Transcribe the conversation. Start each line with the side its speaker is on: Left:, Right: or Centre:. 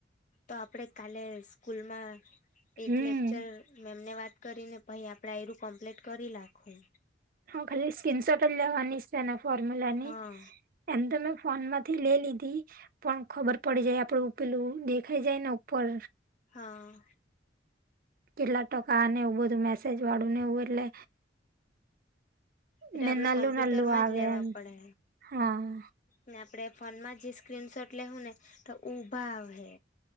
Left: તો આપડે કાલે સ્કૂલમાં, એક
Right: હમ
Left: લેકચર મે એમને વાત કરી ને પાઈ આપડે આરું કમ્પ્લીટ કરી રાખું.
Right: હા ખાલી સ્કીન શોટ જ લેવાની છેના ફોર્મ્યુલા ની.
Left: હા
Right: એમ તો મેં ફોન માંથી લે લીધી. પણ ખબર પડી જાય, આપડુ પેલું દેખાઈ જાય ને ઉપર!
Left: હા
Right: કેટલા ટકા ને એવું બધું મેસેજવાળું ને એવું એટલે
Left: એટલે
Right: ને
Left: આપડે
Right: નનલું
Left: કોમ્પ્યુટરમાં
Right: નનલું આવે
Left: જ લેવા
Right: એમ,
Left: પડે
Right: હા.
Left: ને આપણે ફોનમાં જે સ્ક્રીનસોટ લેહુ ને ટો ઊભા આવહે.